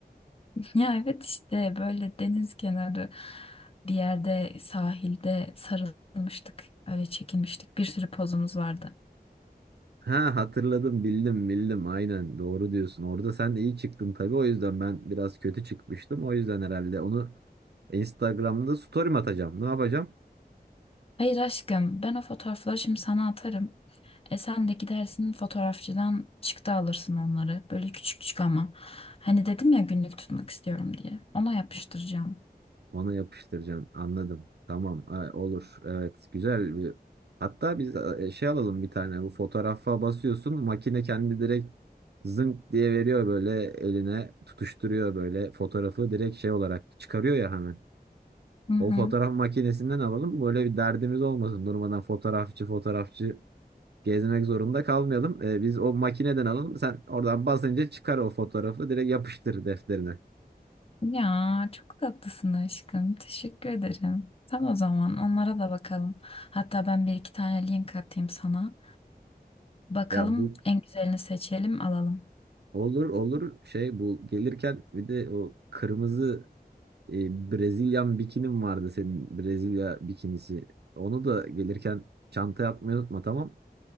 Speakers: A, on the left (about 35°); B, on the right (about 85°).
A: <laughs> ya evet işte böyle deniz kenarı bir yerde sahilde sarılmıştık. Öyle çekinmiştik. Bir sürü pozumuz vardı.
B: Ha hatırladım bildim bildim aynen doğru diyorsun. Orada sen iyi çıktın tabii o yüzden ben biraz kötü çıkmıştım. O yüzden herhalde onu Instagram'da story'm atacağım. Ne yapacağım?
A: Hayır aşkım, ben o fotoğrafları şimdi sana atarım. E sen de gidersin fotoğrafçıdan çıktı alırsın onları. Böyle küçük küçük ama. Hani dedim ya günlük tutmak istiyorum diye. Ona yapıştıracağım.
B: Onu yapıştıracaksın. Anladım. Tamam. Ha, olur. Evet. Güzel bir. Hatta biz e, şey alalım bir tane. Bu fotoğrafa basıyorsun. Makine kendi direkt zınk diye veriyor böyle eline. Tutuşturuyor böyle fotoğrafı. Direkt şey olarak çıkarıyor ya hemen.
A: Hı hı.
B: O fotoğraf makinesinden alalım. Böyle bir derdimiz olmasın. Durmadan fotoğrafçı fotoğrafçı gezmek zorunda kalmayalım. E, biz o makineden alalım. Sen oradan basınca çıkar o fotoğrafı. Direkt yapıştır defterine.
A: Ya çok tatlısın aşkım. Teşekkür ederim. Tamam o zaman onlara da bakalım. Hatta ben bir iki tane link atayım sana. Bakalım
B: Ya bu
A: en güzelini seçelim alalım. <laughs>
B: Olur olur şey bu gelirken bir de o kırmızı e, Brezilyan bikinim vardı senin Brezilya bikinisi. Onu da gelirken çanta yapmayı unutma tamam.